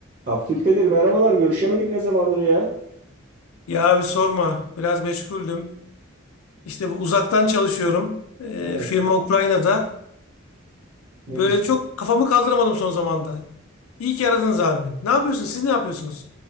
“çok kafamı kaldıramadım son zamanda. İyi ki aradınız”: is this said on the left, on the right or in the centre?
Left